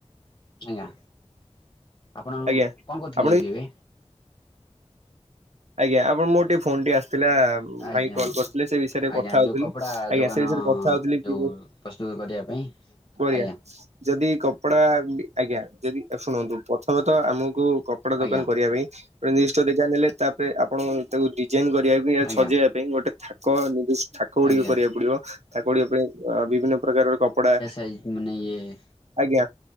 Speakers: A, on the left; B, on the right.
A: ଆଜ୍ଞା ଆପଣ
B: ଆଜ୍ଞା
A: କଣ କରୁଥିଲେ
B: ଆପଣ
A: କି ଏବେ?
B: ଆଜ୍ଞା ଆପଣ ମୋର ଟିକେ ଫୋନ ଟି ଆସିଥିଲା।
A: ଆଜ୍ଞା
B: ଭାଇ କଲ
A: ଆଜ୍ଞା
B: କରିଥିଲେ ସେ ବିଷୟରେ
A: ଆଜ୍ଞା
B: କଥା ହଉଥିଲି।
A: ଯୋଉ କପଡ଼ା
B: ଆଜ୍ଞା
A: ଦୋକାନ
B: ସେ ବିଷୟରେ କଥା ହଉଥିଲ
A: ଯୋଉ
B: କି
A: ପ୍ରସ୍ତୁତ କରିବା ପାଇଁ
B: ବଢିଆ
A: ଆଜ୍ଞା
B: ଯଦି କପଡା, ଆଜ୍ଞା ଯଦି ଶୁଣନ୍ତୁ ପ୍ରଥମେ ତ ଆମକୁ କପଡା ଦୋକାନ
A: ଆଜ୍ଞା
B: କରିବା ପାଇଁ ଗୋଟେ ନିର୍ଦିଷ୍ଟ ଡିଜାଇନ୍ ହେଲେ ତା ଆପଣ ତାକୁ ଡିଜାଇନ କରିବା ପାଇଁ
A: ଆଜ୍ଞା
B: ସଜେଇବା ପାଇଁ ଗୋଟେ ଥା ଥାକ ନି ଥାକ ଗୁଡିକ
A: ଆଜ୍ଞା
B: କରିବାକୁ ପଡିବ ଥାକ ଗୁଡିକ ପାଇଁ ବିଭିନ୍ନ ପ୍ରକାରର କପଡା
A: ଏ ମୁନେ ଏ
B: ଆଜ୍ଞା